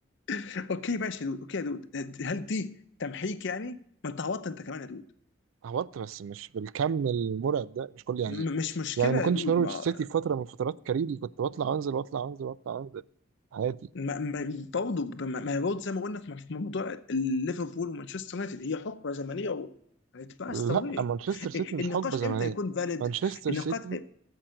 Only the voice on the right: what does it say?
هبط بس مش بالكم المرعب ده مش كل يعني
يعني ما كنتش
نورويتش
سيتي في فترة من فترات كاريري كنت بطلع وانزل واطلع وانزل واطلع وانزل حياتي
لا
مانشستر سيتي
مش
حقبة زمنية
مانشستر
سيتي